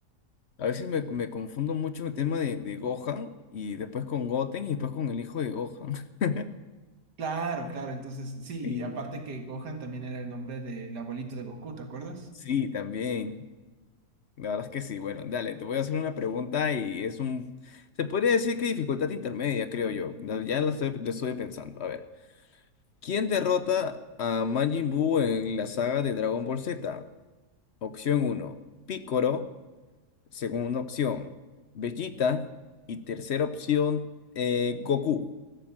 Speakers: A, on the left (about 55°); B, on the right (about 80°).
A: A veces me, me confundo mucho el tema de, de Gohan y después con Goten y después con el hijo de Gohan. <laughs>
B: Claro, claro. Entonces, sí,
A: Sí,
B: aparte que Gohan también era el nombre del abuelito de Goku, ¿te acuerdas?
A: sí, también. La verdad es que sí. Bueno, dale, te voy a hacer una pregunta y es un... Se podría decir que dificultad intermedia, creo yo. La- Ya la estoy, la estuve pensando. A ver. ¿Quién derrota a Majin Buu en la saga de Dragon Ball Z? Opción uno Piccolo. Segunda opción, Vegeta. Y tercera opción, eh, Goku.